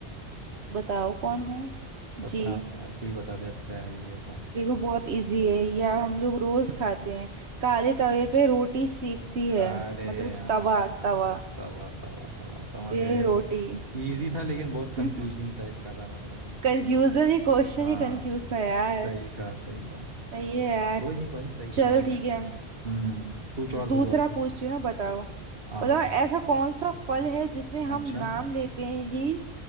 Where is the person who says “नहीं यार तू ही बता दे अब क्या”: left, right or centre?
Right